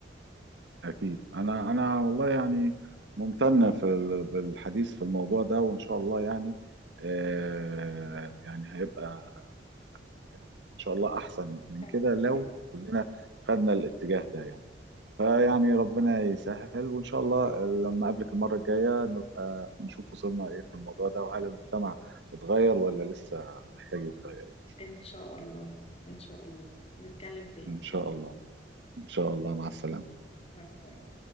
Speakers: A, on the right (about 70°); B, on the left (about 35°).
A: اكيد انا انا والله يعني ممتن في ال- بالحديث في الموضوع ده وان شاء الله يعني آه يعني هيبقى يعني ان شاء الله احسن من
B: فعلا
A: كده لو كلنا خدنا الاتجاه ده يعني فيعني ربنا يسهل وان شاء الله لما اقابلك المره الجايه نبقى نشوف وصلنا ايه في الموضوع ده وهل المجتمع اتغير ولا لسه محتاج يتغير يعني.
B: إن شاء الله إن شاء الله نتكلم تاني
A: ان شاء الله ان شاء الله مع السلامه
B: مع السلامة